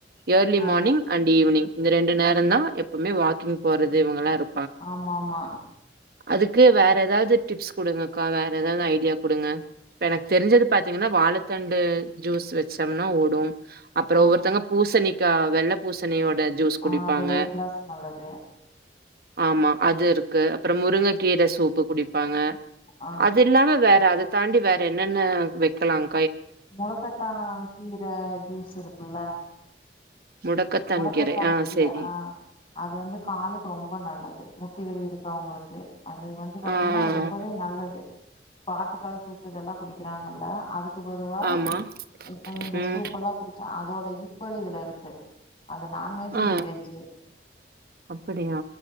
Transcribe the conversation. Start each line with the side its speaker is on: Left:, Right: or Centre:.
Right: early
Left: ah
Right: morning and evening இந்த ரெண்டு நேரந்தா எப்பவுமே வாக்கிங் போறது இவங்கலா இருக்கு
Left: ஆமாம்மா
Right: அதுக்கு வேற ஏதாவது டிப்ஸ் குடுங்கக்கா வேற ஏதாவது ஐடியா குடுங்க இப்ப எனக்கு தெரிஞ்சது பாத்தீங்கனா வாழத்தண்டு ஜூஸ் வச்சம்னா ஓடும் அப்றோ
Left: ஆ
Right: ஒவ்வொருத்தவங்க பூசணிக்க கா வெள்ள பூசணி மட்டு ஜூஸ் குடிப்பாங்க
Left: ஆ அது வெயிட் லாஸ் நல்லது
Right: ஆமா அது இருக்கு அப்ற முருங்கக்கீர சூப்பு குடி பாங்க
Left: ஆ
Right: அது இல்லாம வேற அது தாண்டி வேற என்னென்ன வைக்கலாங்
Left: மொடக்கத்தா கீர ஜூஸ் இருக்குல்ல
Right: முடக்கத்தான்
Left: முடக்கத்தா
Right: கீரை ஆ
Left: கீர
Right: செரி
Left: ஆ அது வந்து காலுக்கு ரொம்ப நல்லது முட்டி வலி இருக்கவங்களுக்கு அது வந்து பாத்தீன்னா
Right: ஆ, ஆ,
Left: அது ரொம்பவே
Right: ஆ.
Left: நல்லது. இப்ப ஆட்டுக்கால் சூப்பு இதல்லா குடி க்கிறாங்கல்ல அது க்கு பதுவா
Right: ஆமா.
Left: இப்ப இந்த
Right: ம்.
Left: சூப்பல்லா குடிச்சா அதோட ஈ க்வல் இதுல இருக்கு அது நான்வெஜ்ஜு
Right: ஆ
Left: இது வெஜ்ஜு
Right: அப்படியா?